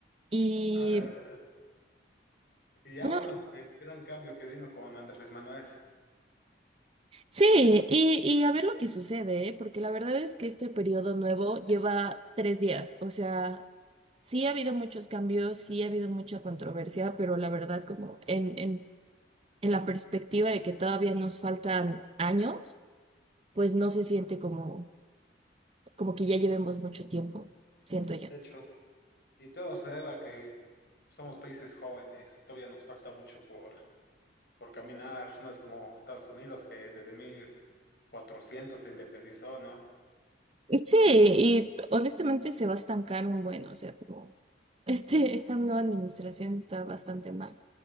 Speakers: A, on the right (about 30°); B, on the left (about 55°).
A: Y...
B: a la verdad. Y ya,
A: no.
B: bueno, el gran cambio que vino con Andrés Manuel.
A: Sí, y, y a ver lo que sucede, ¿eh? Porque la verdad es que este periodo nuevo lleva tres días. O sea, sí ha habido muchos cambios, sí ha habido mucha controversia, pero la verdad, como en, en, en la perspectiva de que todavía nos faltan años, pues no se siente como, como que ya llevemos mucho tiempo, siento yo.
B: De hecho, y todo se debe a que somos países jóvenes, todavía nos falta mucho por, por caminar, no es como Estados Unidos que desde mil cuatrocientos se independizó, ¿no?
A: Sí, y honestamente se va a estancar un buen, o sea, como <laughs> este, esta nueva administración está bastante mal.